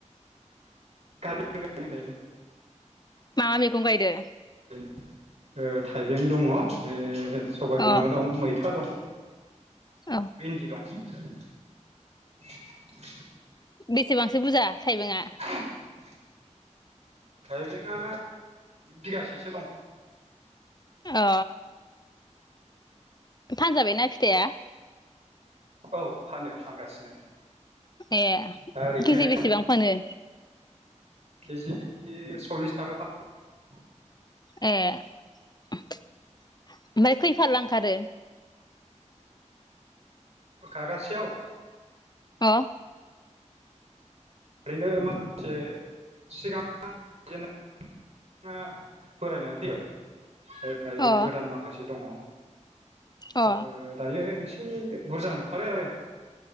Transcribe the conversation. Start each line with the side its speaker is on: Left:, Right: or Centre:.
Right: <unintelligible> थाइबें
Left: मा मा मैगं गायदो
Right: दङ' ओ सबाय बिमा
Left: अ
Right: दं मैथा दं <inaudible>
Left: अ
Right: भिन्दि दं। <inaudible>
Left: बेसेबांसो बुरजा थाइबेंआ
Right: <inaudible> थाइबेंआ बिगासेसो दं।
Left: अ। फानजाबायना फिथाइआ।
Right: औ फानो फानगासिनो।
Left: ए
Right: दा ओरैनो
Left: केजि बेसेबां फानो।
Right: केजि सल्लिस थाखा फान
Left: ए ओमफ्राय खैफालला ओंखारो।
Right: खागासेयाव।
Left: अ
Right: ओरैनो माखासे सिगां जेन ना बोरायनानै थैबाय। ओ दायो
Left: अ
Right: गोदान माखासे दङ।
Left: अ
Right: ओ दायो एसे एसे बुरजा ओंखारो आरो